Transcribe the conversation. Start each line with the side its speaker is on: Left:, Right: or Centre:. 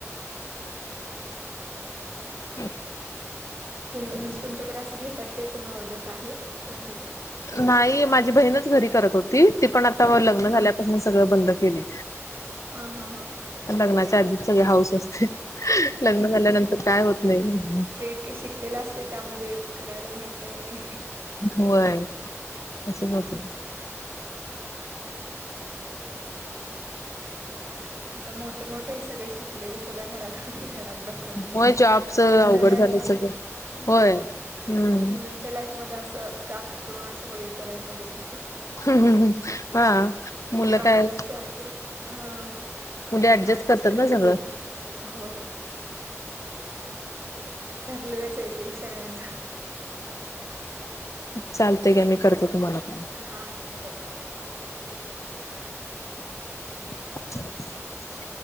Left: <inaudible>
Right: तुम्ही म्हणजे, तुमच्याकडे असं घेतात काय? कोण ऑर्डर बाहेर बाहेरून
Left: नाही. माझी बहीणच घरी करत होती. ती पण आत त लग्न
Right: हा हा
Left: झाल्यापासन सगळ बंद केलय.
Right: हा हा हा
Left: लग्नाच्या आधी सगळी हौस असते. लग्न झाल्यानंतर काय होत नाही.
Right: ते शिकलेल असतय, त्यामध्ये करायला मिळतय नय.
Left: होय, असच होते.
Right: आता मोठे मोठे सगळे शिकलेले सुद्धा घरात, घरात बसल्यात मुली.
Left: होय जॉबच
Right: मुलींच्या
Left: अवघड
Right: लाईफ
Left: झालं
Right: मध्ये
Left: सगळं
Right: हम्म
Left: होय हम्म
Right: मुलींच्या लाईफ मध्ये असं जास्त करून असं मुलींच्या लाईफ मध्येच होते.
Left: हूं हूं हूं हा मुलं
Right: काही
Left: काय
Right: गोष्टी ऍडजेस्ट हा
Left: मुली
Right: ऍडजस्ट
Left: करतात
Right: करायलाच
Left: ना सगळं
Right: लागत हो. ठरलेलंच आय तेे सगळ्यांच.
Left: चालतय घ्या मी करतो तुम्हाला पण.
Right: हा ठीक हाय चालेल.
Left: हा.